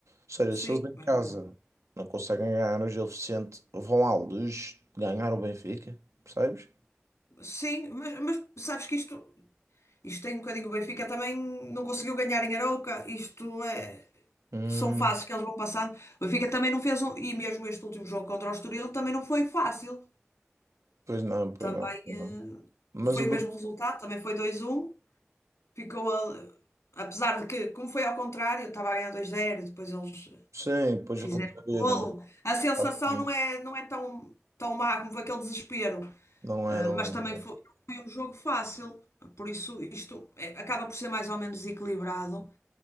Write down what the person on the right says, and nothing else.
seja,
se eles em
casa
não conseguem ganhar hoje o jogo suficiente, vão à luz ganhar o Benfica, percebes?
Hum,
pois não, pois
não, pois
não. Mas
o Benfica,
sim, pois
reduziram.
Faz sentido.
Não
é, não
é, não